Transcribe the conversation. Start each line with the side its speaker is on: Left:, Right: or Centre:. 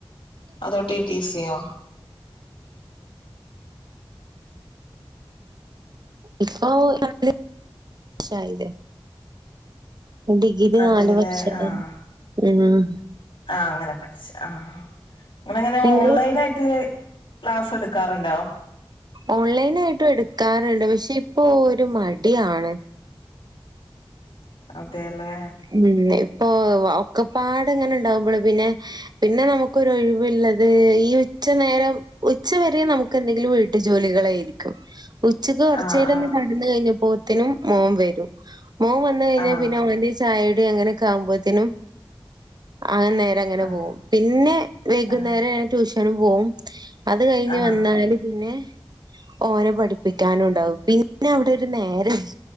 Left: അതോ ടി ടി സിയോ
Right: ഇപ്പോ <unintelligible> ശയില്ലേ ഡിഗ്രി
Left: അതെല്ലേ
Right: നാല് വർഷംണ്ടായിനി
Left: ആഹ്
Right: ഉം
Left: ആഹ് അങ്ങനെ പഠിച്ച ആഹ് ആഹ് ഇങ്ങളെങ്ങനെ
Right: നിങ്ങള്
Left: ഓൺലൈൻ ആയിട്ട് ക്ലാസ് എടുക്കാറുണ്ടോ
Right: ഓൺലൈൻ ആയിട്ടും എടുക്കാറുണ്ട് പക്ഷെ ഇപ്പൊ ഒരു മടിയാണ്
Left: അതെല്ലേ
Right: ഉം ഇപ്പൊ വ ഒക്കപ്പാട്ങ്ങനെ ഉണ്ടാവുമ്പോള് പിന്നെ പിന്നെ നമുക്കൊരു ഒഴിവ്ള്ളത് ഈ ഉച്ച നേരം ഉച്ച വരെ നമുക്ക് എന്തെങ്കിലും വീട്ടു ജോലികളായിരിക്കും ഉച്ചക്ക് കൊറച്ചേരം
Left: ആഹ് ആഹ്
Right: ഒന്ന് കെടന്ന് കഴിഞ്ഞപ്പോത്തിനും മോൻ വരും മോൻ വന്ന് കഴിഞ്ഞാ
Left: ആഹ്
Right: പിന്നെ അവന്റെ ചായയുടെയും അങ്ങനൊക്ക ആവുമ്പോത്തേനും ആഹ് നേരം അങ്ങനെ
Left: ആഹ്
Right: പോകും പിന്നെ വൈകുന്നേരം
Left: ആഹ്
Right: ഞാൻ ട്യൂഷനും പോവും അത് കഴിഞ്ഞ്
Left: ആഹ്
Right: വന്നാല് പിന്നെ ഓനെ പഠിപ്പിക്കാനും ഉണ്ടാവും പിന്നെ അവിടെ ഒരു നേരം